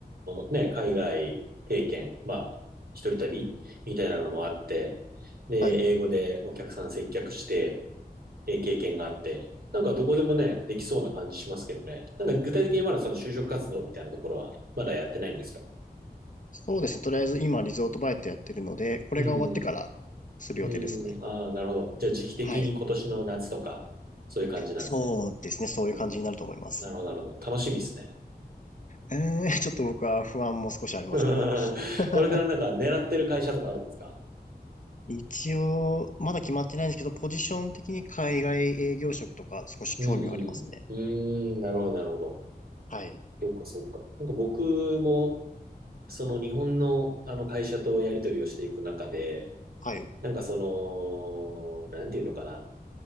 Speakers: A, on the right; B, on the left.
A: の、ね、海外経験、まあ、一人旅みたいなのもあって、で、
B: はい。
A: 英語でお客さん接客して、え経験があって、なんかどこでもね、できそうな感じしますけどね。なんか具体的にまだその就職活動みたいなところは、まだやってないんですか
B: そうですね。とりあえず今リゾートバイトやってるので、これが終わってからする予定ですね。
A: うんうん。うん、ああ、なるほど。じゃあ時期的に今年の夏とか、
B: はい。
A: そういう感じなんですね。
B: そうですね。そういう感じになると思います。
A: うん。なるほど、なるほど。楽しみですね。
B: えー、ちょっと僕は不安も少しありますけど。
A: <laughs> これからなんか狙ってる会社とかあるんですか
B: <laughs> 一応、まだ決まってないんですけど、ポジション的に海外営業職とか少し興味はありますね。
A: うんうんうん。うーん、なるほど、なるほど。
B: はい。
A: そっか、そっか。なんか僕も、その日本のあの会社とやり取りをしていく中で、
B: はい。
A: なんかその、なんていうのかな。